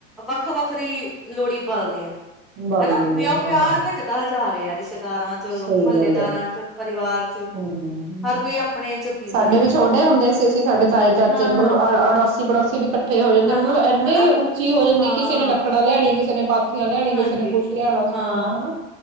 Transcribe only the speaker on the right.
ਬਲਦੀ
ਹੈ
ਹਾਂ।
ਸਹੀ
ਗੱਲ ਆ
ਹੂੰ,
ਸਾਡੇ
ਵੀ ਛੋਟੇ ਹੁੰਦੇ ਸੀ ਅਸੀਂ ਸਾਡੇ ਚਾਏ ਚਾਚੇ
ਮਤਲਬ ਅ ਅੜ ਅਸੀਂ ਪੜੋਸੀ ਵੀ ਕੱਠ ਇਕੱਠੇ ਹੋ ਜਾਂਦੇ
ਮਤਲਬ
ਇੰਨੇ
ਉੱਚੀ ਹੋ ਜਾਂਦੀ
ਕਿਸੇ ਨੇ ਲੱਕੜਾਂ ਲਿਆਣੀਆਂ ਕਿਸੇ ਕਿਸੇ ਨੇ ਪਾਥੀਆ। ਲਿਆਣੇ
ਕਿਸੇ ਨੇ ਕੁੱਛ ਲਿਆਣਾ ਸਮਾਨ
ਹਨਾ।